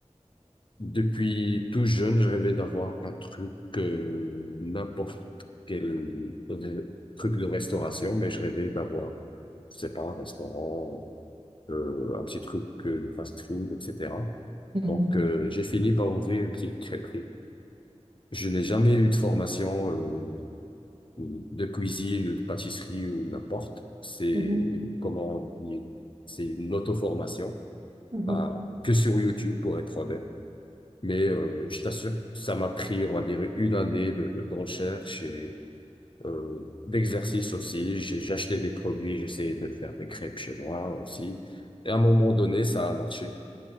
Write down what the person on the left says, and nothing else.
depuis tout jeune, je rêvais d'avoir un truc, euh, n'importe quel re- truc de restauration, mais je rêvais d'avoir, je sais pas, un restaurant, euh, un petit truc euh, de fast-food, etc.
Donc, euh, j'ai fini par ouvrir une petite crêperie. Je n'ai jamais eu de formation. euh, ou de cuisine ou de pâtisserie ou n'importe. C'est
comment oublier. C'est une auto-formation,
pas que sur YouTube pour être honnête. Mais euh, je t'assure, ça m'a pris, on va dire, une année de, de, de recherche et euh, d'exercice aussi. J'ai j'ai acheté des produits, j'essayais de faire des crêpes chez moi aussi. Et à un moment donné, ça a marché.